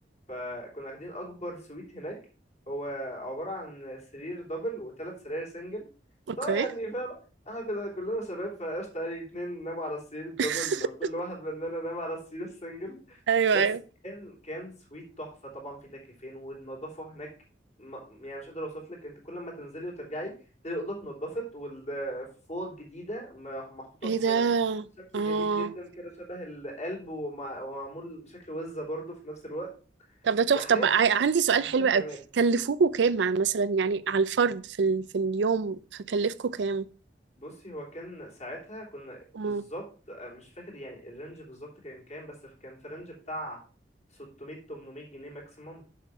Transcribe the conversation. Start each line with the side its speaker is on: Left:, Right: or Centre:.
Left: فكنا واخدين أكبر سويت هناك هو عبارة عن سرير دبل وثلاث سراير سنجل
Right: اوكي
Left: طبعا يعني فاهم احنا كنا كلنا شباب فقشطة يعني اتنين ناموا على السرير الدبل
Right: <laughs>
Left: وكل واحد مننا نام على السرير السنجل
Right: ايوه
Left: بس
Right: ايوه
Left: كان كان سويت تحفة طبعا في تكييفين والنظافة هناك م- يعني مش قادر اوصف لك انت كل ما تنزلي وترجعي تلاقي الأوضة اتنضفت والفوط جديدة م- محطوطة
Right: ايه
Left: ب-
Right: ده
Left: بشكل
Right: اه
Left: جميل جدا كده شبه القلب ومع- ومعمول بشكل وزة برضه في نفس الوقت
Right: طب ده تحفة
Left: هي حاجة
Right: طب
Left: في
Right: ع- عندي سؤال
Left: منتهى
Right: حلو
Left: الجمال
Right: قوي كلفوكوا كام مع مثلا يعني على الفرد في ال... في اليوم هكلفكوا كام
Left: بصي هو كان ساعتها كنا
Right: مم.
Left: بالظبط آه، مش فاكر يعني الرينج بالظبط كان كام بس كان في رينج بتاع 600 800 جنيه ماكسيموم